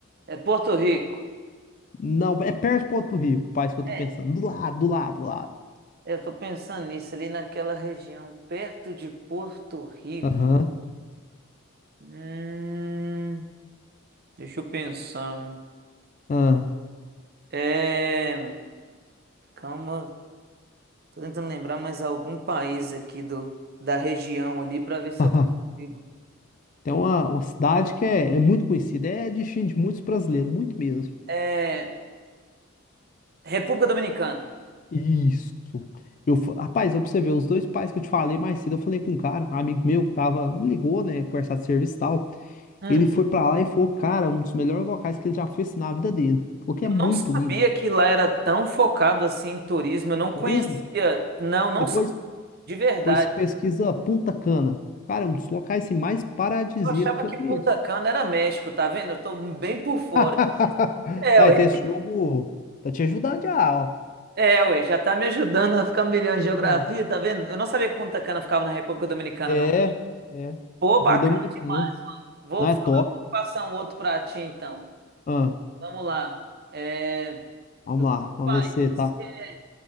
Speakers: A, on the right; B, on the left.
A: É Porto Rico.
B: Não, é perto de Porto Rico, o país que eu tô
A: É.
B: pensando. Do lado, do lado, do lado.
A: Eu tô pensando nisso, ali naquela região, perto de Porto Rico.
B: Aham.
A: Hum, deixa eu pensar.
B: ah.
A: É, calma, tô tentando lembrar mais algum país aqui do, da região ali para ver se
B: <laughs>
A: eu consigo.
B: Tem uma, uma cidade que é, é muito conhecida, é destino de muitos brasileiros, muito mesmo.
A: É, República Dominicana.
B: Isso. Eu, fa- rapaz, ó, pra você ver, os dois pais que eu te falei mais cedo, eu falei com um cara, um amigo meu, que tava, me ligou, né, conversar de serviço e tal.
A: Hum,
B: Ele foi pra lá e falou, cara, um dos melhores locais que ele já foi assim, na vida dele. Falou que
A: eu
B: é muito
A: não sabia
B: lindo lá.
A: que lá era tão focado assim em turismo. Eu não conhecia.
B: Turismo?
A: Não, não
B: Depois,
A: sabia. De verdade.
B: depois você pesquisa Punta Cana. Cara, é um dos locais assim, mais paradisíacos
A: Eu achava
B: que
A: que
B: eu conheço.
A: Punta Cana era México, tá vendo? Eu tô bem por fora.
B: <laughs>
A: É,
B: Aí,
A: ué.
B: tem esse jogo, tá te ajudando já,
A: É, ué, já tá me ajudando a ficar melhor em geografia,
B: ó.
A: tá vendo? Eu não sabia que Punta Cana ficava na República Dominicana,
B: É,
A: não.
B: é.
A: Pô,
B: Tipo
A: bacana
B: o dominicano.
A: demais, mano. Vou
B: Não, é
A: falar,
B: top.
A: vou passar um outro pra ti, então.
B: Ah,
A: Vamos lá. É,
B: vamos lá, vamos
A: país
B: ver se tá.
A: que é